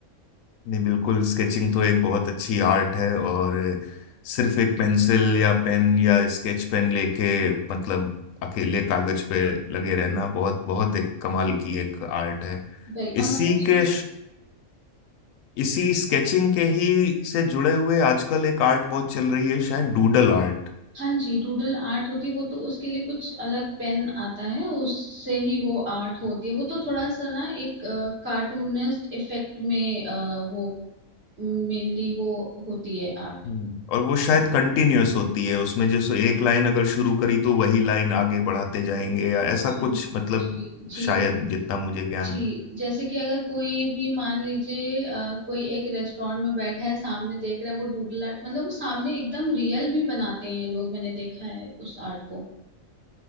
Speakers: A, on the left; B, on the right.
A: नहीं बिल्कुल स्केचिंग तो एक बहुत अच्छी आर्ट है और सिर्फ एक पेंसिल या पेन या स्केच पेन लेके मतलब अकेले कागज पे लगे रहना बहुत बहुत एक कमाल की एक आर्ट है
B: भाई और
A: इसी
B: मैं कुछ
A: के इसी स्केचिंग के ही से जुड़े हुए आजकल एक आर्ट बहुत चल रही है शायद डूडल आर्ट
B: हाँ जी डूडल आर्ट होती है वो तो उसके लिए कुछ अलग पेन आता है उससे ही वो आर्ट होती है वो तो थोड़ा सा ना एक कार्टूनिस्ट इफेक्ट में अ, वो मेनली वो होती है आर्ट
A: हम्म और वो शायद कंटिन्यूअस होती है उसमें जैसे एक लाइन अगर शुरू करी तो वही लाइन आगे बढ़ाते जाएंगे या ऐसा
B: जी
A: कुछ मतलब
B: जी जी
A: शायद जितना मुझे ज्ञान
B: जी
A: है
B: जैसे कि अगर कोई भी मान लीजिए अ, कोई एक रेस्टोरेंट में बैठा है सामने देख रहा है वो डूडल आर्ट मतलब वो सामने एकदम रियल भी बनाते हैं लोग मैंने देखा है उस आर्ट को